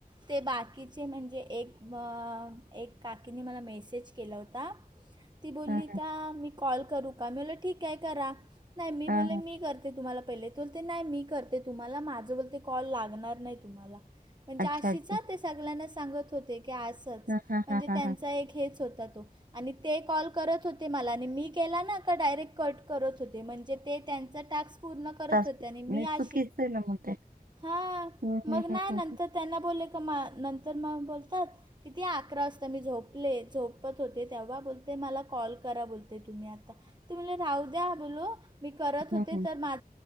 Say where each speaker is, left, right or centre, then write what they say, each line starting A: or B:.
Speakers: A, on the right (about 25°); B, on the right (about 65°).
A: ते बाकीचे म्हणजे एक मग एक काकीने मला मेसेज केला होता ती बोलली
B: हा हा
A: का मी कॉल करू का ठीक आहे करा नाही मी
B: हा
A: बो
B: हा
A: मी करते तुम्हाला पहिले बोलते नाही मी करते तुम्हाला माझं बोलते कॉल लागणार नाही तुम्हाला म्हणजे
B: अच्छा
A: अशीचा
B: अच्छा
A: ते सगळ्यांना सांगत होते की आज म्हणजे
B: हा हा हा हा
A: त्यांचा
B: हा
A: एक हेच होता तो आणि ते कॉल करत होते मला आणि मी केला ना का डायरेक्ट कट करत होते म्हणजे ते त्यांचं टास्क पूर्णत
B: तास
A: होत मी
B: नाही
A: अ
B: चुकीचं आहे ना मग ते
A: ह
B: हं, हं,
A: मग
B: हं,
A: न
B: हं,
A: त्यांना बोलले का मा नंतर म बोलतात किती अकरा वाजता मी झोपले झोपत होते तेव्हा बोलते मला कॉल करा बोलते तुम्ही आता ते म्ह राहू द्या बोल मी करत
B: हं,
A: होते
B: हं.
A: तर मा